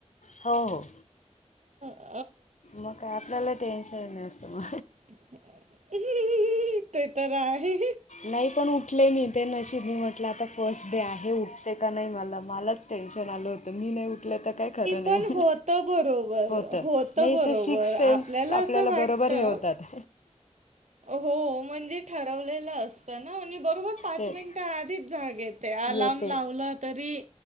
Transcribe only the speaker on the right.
ह
<inaudible> ते तर आहे.
पण
होतं बरोबर
होतं
बरोबर
असं वाटतं
हो म्हणजे ठरवलेलं असतं ना बरोबर पाच
मिंट आधीच जाग येते. अलार्म
लावला तरी